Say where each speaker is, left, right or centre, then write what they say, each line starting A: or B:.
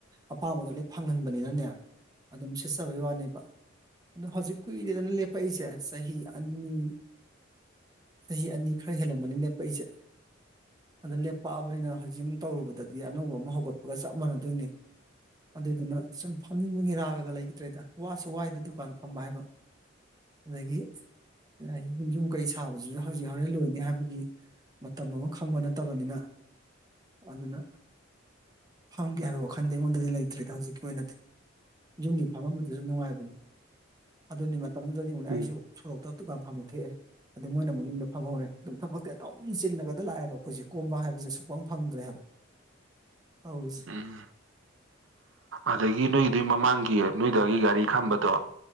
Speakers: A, on the right; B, on the right.
A: ꯑꯄꯥꯝꯕꯗ ꯂꯣꯏ ꯐꯪꯍꯟꯕꯅꯤꯅꯅꯦ ꯑꯗꯨꯝ ꯁꯤꯠꯆꯕꯩ ꯋꯥꯅꯦꯕ ꯑꯗꯣ ꯍꯧꯖꯤꯛ ꯀꯨꯏꯔꯦꯗꯅ ꯂꯦꯞꯄꯛꯏꯁꯦ ꯆꯍꯤ ꯑꯅꯤ ꯆꯍꯤ ꯑꯅꯤ ꯈꯔ ꯍꯦꯜꯂꯝꯕꯅꯤ ꯂꯦꯞꯄꯛꯏꯁꯦ ꯑꯗꯨ ꯂꯦꯞꯄꯛꯑꯕꯅꯤꯅ ꯍꯧꯖꯤꯛ ꯌꯨꯝ ꯇꯧꯔꯨꯕꯗꯗꯤ ꯑꯅꯧꯕ ꯑꯃ ꯍꯧꯒꯠꯄꯒ ꯆꯞ ꯃꯥꯟꯅꯗꯣꯏꯅꯤ ꯑꯗꯨꯏꯗꯨꯅ ꯁꯨꯝ ꯐꯝꯅꯤꯡꯕꯒꯤ ꯔꯥꯒ ꯂꯩꯈꯤꯗ꯭ꯔꯦꯗ ꯋꯥꯁꯨ ꯋꯥꯏꯗ ꯗꯨꯀꯥꯟ ꯐꯝꯕ ꯍꯥꯏꯕ ꯑꯗꯒꯤ ꯌꯨꯝ ꯌꯨꯝ ꯀꯩ ꯁꯥꯕꯕꯁꯤꯁꯨ ꯍꯧꯖꯤꯛ ꯍꯣꯔꯦꯟ ꯂꯣꯏꯅꯤ ꯍꯥꯏꯕꯒꯤ ꯃꯇꯝ ꯑꯃ ꯈꯪꯕ ꯅꯠꯇꯕꯅꯤꯅ ꯑꯗꯨꯅ ꯐꯝꯒꯦ ꯍꯥꯏꯕ ꯋꯥꯈꯟꯗꯤ ꯑꯩꯉꯣꯟꯗꯗꯤ ꯂꯩꯇ꯭ꯔꯤꯗ ꯍꯧꯖꯤꯛꯀꯤ ꯑꯣꯏꯅꯗꯤ ꯌꯨꯝꯒꯤ ꯐꯝꯝꯕꯗꯨꯁꯨ ꯅꯨꯡꯉꯥꯏꯕꯅꯤ ꯑꯗꯨꯅꯤ ꯃꯇꯝꯗꯨꯗꯗꯤ ꯑꯃꯨꯛꯅꯦ
B: ꯎꯝ
A: ꯑꯩꯁꯨ ꯁꯣꯔꯣꯛꯇ ꯗꯨꯀꯥꯟ ꯐꯝꯕ ꯊꯣꯛꯑꯦ ꯑꯗꯩ ꯃꯣꯏꯅ ꯑꯃꯨꯛꯨ ꯐꯝꯍꯧꯔꯦ ꯑꯗꯨꯝ ꯊꯕꯛꯇꯤ ꯑꯗꯨꯝ ꯆꯤꯜꯂꯒꯗ ꯂꯥꯛꯑꯦꯕ ꯑꯩꯈꯣꯏꯁꯦ ꯀꯣꯝꯕ ꯍꯥꯏꯕꯁꯤ ꯁꯨꯛꯄꯪ ꯐꯪꯗ꯭ꯔꯦ ꯍꯥꯏꯕ ꯇꯧꯔꯤꯁꯦ
B: ꯎꯝ ꯑꯗꯒꯤ ꯅꯣꯏꯗꯨ ꯃꯃꯥꯡꯒꯤ ꯅꯣꯏꯒꯤ ꯗꯥꯒꯤ ꯒꯥꯔꯤ ꯈꯝꯕꯗꯣ